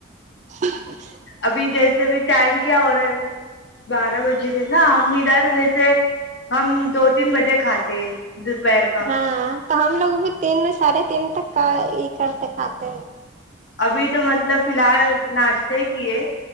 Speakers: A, on the right; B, on the left.
A: ہ
B: ابھی جیسے بھی ٹائم کیا ہو رہا ہے بارہ بجے ج نا ہم ادھر جیسے ہم دو تین بجے کھاتے ج پر کاا
A: ہاں تو ہم لوگ بھی تین ساڑھے تین تک کا یہ کرتے کھات
B: ابھی تو مطلب فی الحال ناشتے کیے